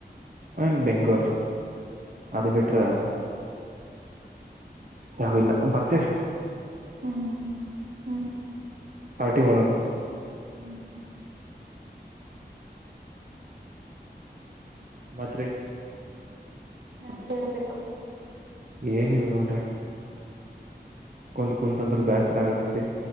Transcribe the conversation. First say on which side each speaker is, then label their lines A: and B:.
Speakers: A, on the right (about 50°); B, on the right (about 85°).
A: ಒನ್ ಬೆಂಗ್ಗಳೂರ್ ಅದು ಬಿಟ್ರ. ಯಾವಿಲ್ಲ ಬರ್ತ ತ್ತೆ
B: ಹ್ಮ್ ಹ್ಮ್
A: ಪಾರ್ಟಿ ಮಾಡನ್
B: ಹ್ಮ್
A: ಮತ್ರಿ
B: ನಾ ಹೇಳ್ಬೇಕು
A: ಏನಿಲ್ ನೋಡ್ರಿ. ಕುತ್ ಕುಂತ ಅಂದ್ರ ಬ್ಯಾಸರ ಆಗತತಿ